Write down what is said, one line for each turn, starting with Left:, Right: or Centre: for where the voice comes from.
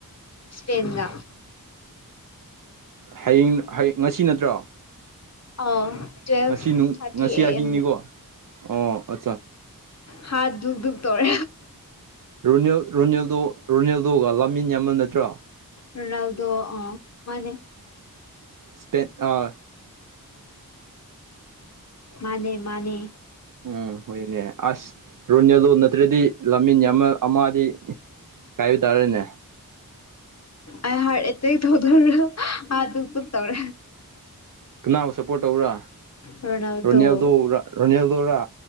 Left: ꯏꯁꯄꯦꯟꯒ
Right: ꯍꯌꯦꯡ ꯍꯌꯦꯡ ꯉꯁꯤ ꯅꯠꯇ꯭ꯔꯣ
Left: ꯑ ꯇ꯭ꯋꯦꯜ
Right: ꯉꯁꯤ
Left: ꯊꯥꯔꯇꯤ
Right: ꯉꯁꯤ
Left: ꯑꯦꯦꯝ
Right: ꯑꯍꯤꯡꯅꯤꯀꯣ ꯑꯣ ꯑꯠꯆꯥ
Left: ꯍꯥ ꯇꯔ
Right: ꯔꯣꯅꯤꯜ ꯔꯣꯅꯤꯜꯗꯣ ꯔꯣꯅꯦꯜꯗꯣꯒ ꯂꯥꯃꯤꯟ ꯌꯥꯝꯃꯜ ꯅꯠꯇ꯭ꯔꯥ
Left: ꯔꯣꯅꯥꯜꯗꯣ ꯑ ꯃꯥꯅꯦ
Right: ꯁꯄꯦ ꯑꯥ
Left: ꯃꯥꯅꯦ ꯃꯥꯅꯦ
Right: ꯎꯝ ꯍꯣꯏꯅꯦ ꯑꯁ ꯔꯨꯅꯤ ꯂꯣꯟ ꯅꯠꯇ꯭ꯔꯗꯤ ꯂꯝꯃꯤꯟ ꯑꯃ ꯑꯃꯗꯤ ꯀꯥꯏꯕꯤ ꯇꯥꯔꯦꯅꯦ
Left: ꯑ ꯍꯥꯔꯠ ꯑꯦꯇꯦꯛ ꯇꯧꯗꯧ꯭ꯔꯣ ꯑꯗꯨ ꯇ ꯇꯧꯔꯦ
Right: ꯀꯅꯥꯕꯨ ꯁꯞꯄꯣꯔꯠ ꯇꯧꯕꯔꯥ
Left: ꯔꯣꯅꯥꯜꯗꯣ
Right: ꯔꯅꯤꯜꯗ ꯔꯅꯤꯜꯗ ꯔꯥ